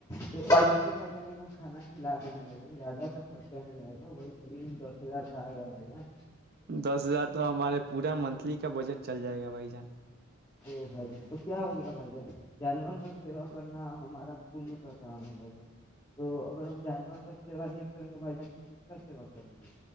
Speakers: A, on the left; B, on the right.
A: تو الگ تو بھائی جانوں کھانا کھلا دینا بھ جان زیادہ خرچہ نہیں آئےا ب قریب دس ہزار کا آئےا بھائی ج
B: دس ہزار تو ہمارے پورا منتھلی کا بجٹ چل جائے گا وائی جان
A: او بھائی جان تو کیا ہو گیا بھائی جان جانور کا سیوا کرنا ہمارا ک کا کام ہے بھائی جان تو اگر ہم جانور کا سیوا نہیں کریں گے بھائی جان تو کس کا سیوا کریں گے